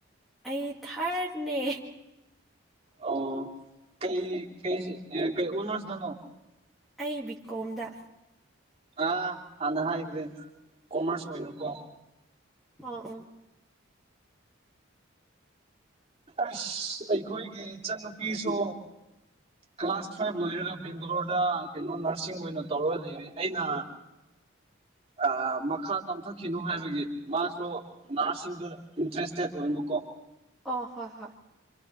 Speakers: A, in the centre; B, on the right (about 30°).
A: ꯑꯩ ꯊꯥꯔꯠꯅꯦ
B: ꯑꯣ ꯀꯩ ꯀꯩ ꯀꯩ ꯑꯣꯅꯔꯁ ꯗꯅꯣ
A: ꯑꯩ ꯕꯤ ꯀꯣꯝꯗ
B: ꯑꯥ ꯍꯥꯟꯅ ꯍꯥꯏꯈ꯭ꯔꯦ ꯀꯣꯃꯔꯁ ꯑꯣꯏꯅꯨꯀꯣ
A: ꯑ ꯑ
B: ꯑꯁ ꯑꯩꯈꯣꯏꯒꯤ ꯏꯆꯟꯟꯅꯨꯄꯤꯁꯨ ꯀ꯭ꯂꯥꯁ ꯐꯥꯏꯚ ꯂꯣꯏꯔꯒ ꯕꯦꯡꯒꯂꯣꯔꯗ ꯀꯩꯅꯣ ꯅꯔꯁꯤꯡ ꯑꯣꯏꯅ ꯇꯧꯔ ꯂꯩꯔꯦ ꯑꯩꯅ ꯑ ꯃꯈꯥ ꯇꯝꯊꯛꯈꯤꯅꯣ ꯍꯥꯏꯕꯒꯤ ꯃꯥꯁꯨ ꯅꯔꯁꯁꯤꯡꯗ ꯏꯟꯇꯔꯦꯁꯇꯦꯠ ꯑꯣꯏꯕꯀꯣ
A: ꯑꯣ ꯍꯣꯏ ꯍꯣꯏ